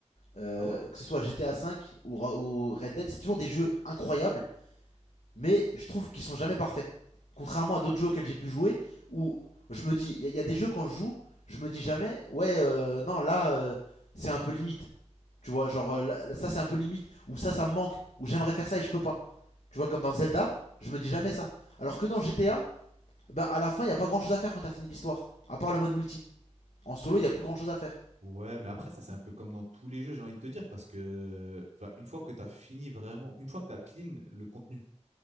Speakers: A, on the left (about 80°); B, on the right (about 75°).
A: Euh,
B: Ah ouais?
A: que ce soit GTA 5 ou, ou Red Dead, c'est toujours des jeux incroyables, mais je trouve qu'ils sont jamais parfaits. Contrairement à d'autres jeux auxquels j'ai pu jouer, où je me dis, il y, a- y a des jeux quand je joue, je me dis jamais, ouais, euh, non, là, euh, c'est un peu limite. Tu vois, genre,
B: Bah,
A: euh, là- ça c'est un peu limite, ou ça, ça me manque, ou j'aimerais faire ça et je peux pas. Tu vois, comme dans Zelda,
B: Ouais. bah
A: je me dis jamais ça. Alors que dans GTA, ben, à la fin, il y a pas grand chose à faire quand t'as fini l'histoire, à part le mode multi. En solo, il y a plus grand chose à faire.
B: ouais, mais après ça c'est un peu comme dans tous les jeux, j'ai envie de te dire parce que enfin une fois que tu as fini vraiment, une fois que tu as clean le contenu,